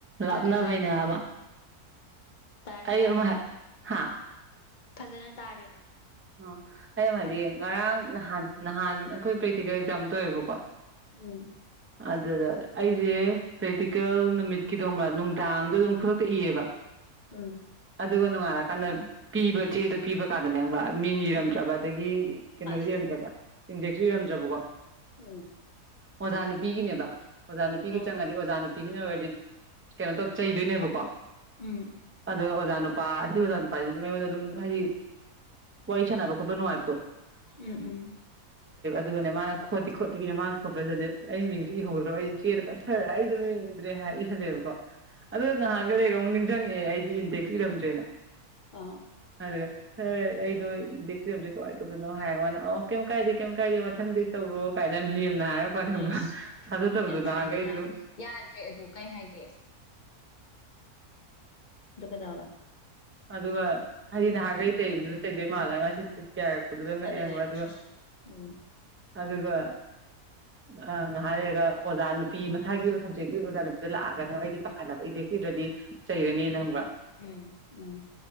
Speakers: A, on the right (about 15°); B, on the left (about 40°).
A: ꯂꯥꯞꯅꯥ
B: ꯇꯥꯔꯦ ꯇꯥꯔꯦ
A: ꯕꯩꯅꯦ ꯍꯕ
B: ꯇꯥꯔꯦ
A: ꯑꯩ
B: ꯇꯥꯔꯦ
A: ꯑꯃ ꯍꯥꯏ ꯍꯥꯥ
B: ꯐꯖꯅ ꯇꯥꯔꯦꯕ
A: ꯑꯣ ꯑꯩ ꯑꯝꯃ ꯍꯥꯏꯕꯤꯌꯦ ꯉꯔꯥꯡ ꯅꯍꯥꯟ ꯅꯍꯥꯟ ꯑꯩꯈꯣꯏ ꯄ꯭ꯔꯦꯛꯇꯤꯀꯦꯜ ꯑꯦꯛꯖꯥꯝ ꯇꯧꯋꯦꯕꯀꯣ
B: ꯎꯝ
A: ꯑꯗꯨꯗ ꯑꯩꯖꯦ ꯄ꯭ꯔꯦꯛꯇꯤꯀꯦꯜ ꯅꯨꯃꯤꯠꯀꯤꯗꯧꯕ꯭ꯔꯥ ꯅꯨꯡ ꯗꯥꯡꯗ ꯑꯗꯨꯝ
B: ꯎꯝ
A: ꯈꯨꯗꯛꯇ ꯏꯌꯦꯕ
B: ꯎꯝ
A: ꯑꯗꯨꯒ ꯅꯨꯡꯉꯥꯜꯔꯀꯥꯟꯗ ꯄꯤꯕ ꯆꯦꯗꯣ ꯄꯤꯕ ꯀꯥꯟꯗꯅꯦ ꯈꯪꯕꯔ ꯃꯤꯡ ꯏꯔꯝꯗ꯭ꯔꯕ
B: ꯎꯝ
A: ꯑꯗꯒꯤ ꯀꯩꯅꯣꯖꯨ
B: ꯑꯁ
A: ꯏꯔꯝꯗ꯭ꯔꯕ ꯏꯟꯗꯦꯛꯁꯨ ꯏꯔꯝꯗꯔꯕꯀꯣ
B: ꯎꯝ
A: ꯑꯣꯖꯥ ꯅꯨꯄꯤꯒꯤꯅꯦꯕ ꯑꯣꯖꯥ ꯅꯨꯄꯤꯒꯤ
B: ꯑ
A: ꯆꯪꯉꯗꯤ ꯑꯣꯖꯥ ꯅꯨꯄꯤ ꯄꯤꯁꯤꯟꯅ ꯑꯣꯏꯔꯗꯤ ꯀꯩꯅꯣ ꯇꯧ ꯆꯩꯗꯣꯏꯅꯦꯕꯀꯣ
B: ꯎꯝ
A: ꯑꯗꯣ ꯑꯣꯖꯥ ꯅꯨꯄꯥ ꯑꯁꯤ ꯑꯣꯖꯥ ꯅꯨꯄꯥꯁꯤ ꯑꯗꯨꯝ ꯑꯩꯉꯣꯟꯗ ꯑꯗꯨꯝ ꯍꯥꯏꯗꯤ ꯋꯥꯔꯤꯁꯥꯟꯅꯕ ꯈꯣꯠꯄ ꯅꯨꯉꯥꯏꯕꯗꯣ
B: ꯎꯝ ꯎꯝ
A: ꯑꯗꯨꯒꯅꯦ ꯃꯥꯅ ꯈꯣꯠꯇꯤ
B: ꯎꯝ
A: ꯈꯣꯠꯇꯕꯤꯗ ꯃꯥꯅ ꯈꯣꯠꯄ ꯆꯠꯂꯦ ꯑꯩ ꯃꯤꯡꯖꯨ ꯏꯍꯧꯗ꯭ꯔꯕ ꯑꯩ ꯆꯦꯗ ꯀꯠꯊꯔ ꯑꯩ ꯗꯨ ꯃꯤꯡ ꯏꯗ꯭ꯔꯦ ꯍꯥꯏ ꯏ ꯈꯜꯂꯦꯕꯀꯣ ꯑꯗꯨꯒ ꯉꯥꯍꯥꯛꯒ ꯂꯩꯔꯒ ꯑꯃꯨꯛ ꯖꯪꯉꯦ ꯑꯩ ꯖꯦ ꯏꯟꯇꯦꯛꯁ
B: ꯎꯝ
A: ꯏꯝꯔꯝꯗꯔ꯭ꯦꯅ
B: ꯑꯥ
A: ꯑꯗꯨꯒ ꯁꯥꯔ ꯑꯩ ꯗꯣ ꯏꯟꯗꯦꯛꯁ ꯏꯔꯝꯗꯔꯦ ꯀꯃꯥꯏ ꯇꯧꯗꯨꯅꯣ ꯍꯥꯏ ꯃꯥꯅ ꯑꯣ ꯀꯩꯝ ꯀꯥꯏꯗꯦ
B: ꯎꯝ
A: ꯀꯩꯝ ꯀꯥꯏꯗꯦ ꯃꯊꯪꯗꯤ ꯇꯧꯔꯣ ꯀꯥꯏꯅ ꯌꯥꯝ ꯂꯦꯝꯅ ꯍꯥꯏꯔꯛꯄꯅꯦ ꯈꯪꯕ꯭ꯔꯥ
B: ꯏꯁ
A: ꯊꯥꯖꯗꯕꯗꯣ
B: ꯌꯥꯝ
A: ꯅꯍꯥꯟꯈꯩꯗꯤ
B: ꯐꯩꯅꯦ ꯉꯔꯥꯡ
A: ꯑꯗꯨꯝ
B: ꯌꯥꯗ꯭ꯔꯦ ꯑꯗꯨ ꯀꯩ ꯍꯥꯏꯒꯦ ꯑꯗꯨ ꯀꯩꯗꯧꯔꯕ
A: ꯑꯗꯨꯒ ꯍꯥꯏꯗꯤ ꯅꯍꯥꯟꯉꯩ ꯆꯩꯕꯗꯨꯗ ꯆꯩꯗꯣꯏ
B: ꯎꯝ
A: ꯃꯥꯜꯂꯒ ꯉꯁꯤꯗꯤ ꯀꯤꯔꯛꯄꯗꯨꯗ ꯉꯛꯑꯦꯈꯪꯔꯥ
B: ꯑꯗꯨꯅꯦ
A: ꯑꯗꯨꯒ
B: ꯎꯝ
A: ꯑꯗꯨꯒ ꯑꯥ ꯉꯥꯏꯍꯥꯛ ꯂꯩꯔꯒ ꯑꯣꯖꯥ ꯅꯨꯄꯤ ꯃꯁꯥꯒꯤ ꯁꯞꯖꯦꯛꯀꯤ ꯑꯣꯖꯥ ꯅꯨꯄꯤꯗ ꯂꯥꯛꯑꯒꯅꯦ ꯑꯩꯗꯤ ꯄꯥꯈꯠꯂꯕ ꯑꯦꯠꯖꯦꯛ ꯏꯗꯔ꯭ꯗꯤ ꯆꯩꯔꯅꯦꯅ ꯈꯪꯕ꯭ꯔꯥ
B: ꯎꯝ ꯎꯝ